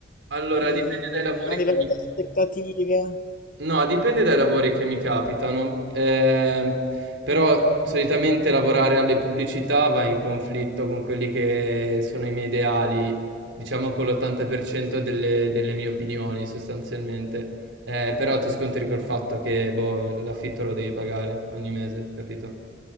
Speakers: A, on the right (about 80°); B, on the left (about 45°).
A: allora
B: mm,
A: dipende dai lavori
B: a livello
A: che mi
B: di aspettative.
A: No, dipende dai lavori che mi capitano, ehm, però solitamente lavorare alle pubblicità va in conflitto con quelli che sono i miei ideali, diciamo con l'80% delle, delle mie opinioni sostanzialmente, Eh, però ti scontri col fatto che boh, l'affitto lo devi pagare ogni mese, capito?